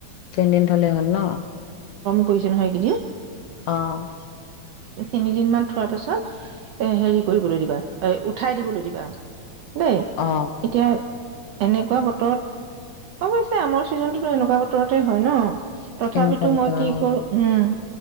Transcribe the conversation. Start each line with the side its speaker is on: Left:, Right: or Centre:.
Left: তিনিদিন থ'লে হ'ল ন'?
Right: প্ৰয়োজন হয় এইকেইদিন।
Left: অ'।
Right: তিনিদিনমান থোৱাৰ পিছত এ হেৰি কৰিবলৈ দিবা, এ উঠাই দিবলৈ দিবা। দেই
Left: অ
Right: এতিয়া এনেকুৱা বতৰত, অৱশ্যে আমৰ ছিজনতটো এনেকুৱা বতৰতে হয় ন'। তথাপিতো
Left: এনেকুৱা বতৰ
Right: মই কি
Left: অ
Right: কৰো উম,